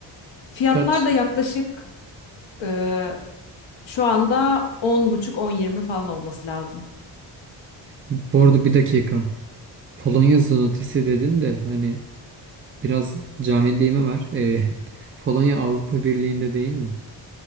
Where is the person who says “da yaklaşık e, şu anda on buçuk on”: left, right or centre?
Left